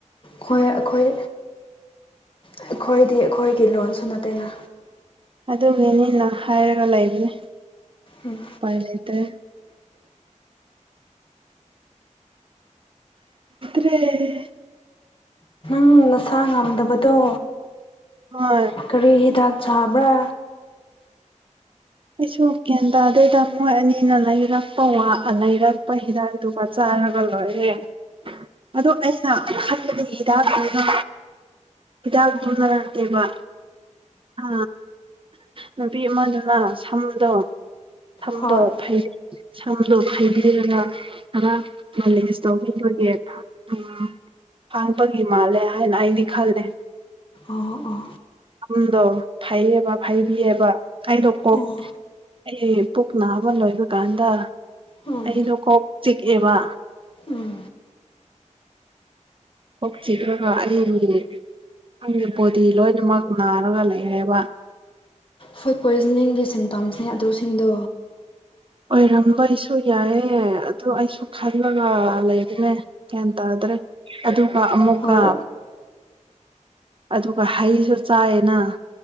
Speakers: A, on the left (about 45°); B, on the right (about 45°).
A: ꯈꯣꯏ ꯑꯩꯈꯣꯏ ꯑꯩꯈꯣꯏꯗꯤ ꯑꯩꯈꯣꯏꯒꯤ ꯂꯣꯟꯁꯨ ꯅꯠꯇꯦꯅ
B: ꯑꯗꯨ ꯒꯤꯅꯤꯅ ꯍꯥꯏꯔꯒ ꯂꯩꯕꯅꯦ
A: ꯎꯝ
B: ꯎꯄꯥꯏ ꯂꯩꯇ꯭ꯔꯦ ꯂꯩꯇ꯭ꯔꯦ
A: ꯎꯝ ꯅꯁꯥ ꯉꯝꯗꯕꯗꯣ
B: ꯍꯣꯏ
A: ꯀꯔꯤ ꯍꯤꯗꯥꯛ ꯆꯥꯕ꯭ꯔꯥ
B: ꯑꯩꯁꯨ ꯒ꯭ꯌꯥꯟ ꯇꯥꯗꯦꯗ ꯃꯣꯏ ꯑꯅꯤꯅ ꯂꯩꯔꯛꯄ ꯂꯩꯔꯛꯄ ꯍꯤꯗꯥꯛꯗꯨ ꯆꯥꯔꯒ ꯂꯣꯏꯔꯦ ꯑꯗꯣ ꯑꯩꯅꯍꯟꯕꯒꯤ ꯍꯤꯗꯥꯛꯇꯨꯗꯣ ꯍꯤꯗꯥꯛꯇꯨ ꯂꯩꯔꯛꯇꯦꯕ ꯑ ꯅꯨꯄꯤ ꯑꯃꯗꯨꯅ ꯁꯝꯗꯣ ꯁꯝꯗꯣ
A: ꯍꯣꯏ
B: ꯐꯩꯔ ꯁꯝꯗꯣ ꯐꯩꯕꯤꯔꯒ ꯈꯔ ꯃꯣꯂꯦꯖ ꯇꯧꯕꯤꯕꯒꯤ ꯎꯝ ꯐꯥꯕꯒꯤ ꯃꯥꯜꯂꯦ ꯍꯥꯏꯅ ꯑꯩꯗꯤ ꯈꯜꯂꯦ
A: ꯑꯣ ꯑꯣ
B: ꯁꯨꯝꯗꯣ ꯐꯩꯌꯦꯕ ꯐꯩꯕꯤꯌꯦꯕ ꯑꯩꯗꯣ ꯀꯣꯛ
A: ꯑꯣ
B: ꯑꯩ ꯄꯨꯛ ꯅꯥꯕ ꯂꯣꯏꯕ ꯀꯥꯟꯗ
A: ꯎꯝ
B: ꯑꯩꯗꯣ ꯀꯣꯛ ꯆꯤꯛꯑꯦꯕ
A: ꯎꯝ
B: ꯀꯣꯛ ꯆꯤꯛꯂꯒ ꯑꯩꯒꯤ ꯑꯩꯒꯤ ꯕꯣꯗꯤ ꯂꯣꯏꯅꯃꯛ ꯅꯥꯔꯒ ꯂꯩꯔꯦꯕ
A: ꯐꯨꯗ ꯄꯣꯏꯖꯅꯤꯡꯒꯤ ꯁꯤꯝꯇꯣꯝꯁꯦ ꯑꯗꯨꯁꯤꯡꯗꯣ
B: ꯑꯣꯏꯔꯝꯕꯩꯁꯨ ꯌꯥꯏꯑꯦ ꯑꯗꯨ ꯑꯩꯁꯨ ꯈꯜꯂꯒ ꯂꯩꯕꯅꯦ ꯒ꯭ꯌꯥꯟ ꯇꯥꯗ꯭ꯔꯦ ꯑꯗꯨꯒ ꯑꯃꯨꯀ
A: ꯍꯣꯏ
B: ꯑꯗꯨꯒ ꯍꯩꯁꯨ ꯆꯥꯏꯌꯦꯅ